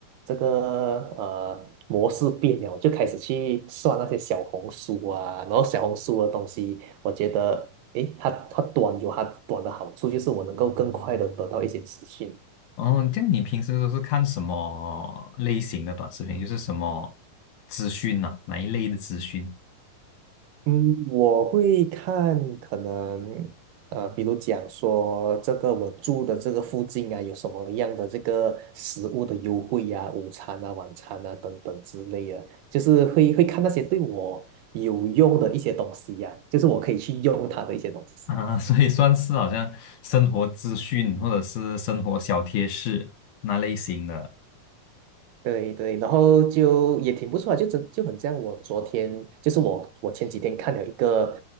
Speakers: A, on the right (about 85°); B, on the left (about 70°).
A: 这个呃模式变了，我就开始去刷那些小红书啊，然后小红书的东西，我觉得诶，它它短有它短的好处，就是我能够更快的得到一些资讯。
B: 哦，这样你平时都是看什么类型的短视频？就是什么资讯呐、哪一类的资讯
A: 嗯，我会看可能呃，比如讲说这个我住的这个附近啊，有什么样的这个食物的优惠呀、午餐啊、晚餐啊等等之类的，就是会会看那些对我有用的一些东西呀、就是我可以去用它的一些东西。
B: 啊？<laughs> 所以算是好像生活资讯或者是生活小贴士那类型的。
A: 对对，然后就也挺不错啊就真就很像我昨天，就是我我前几天看了一个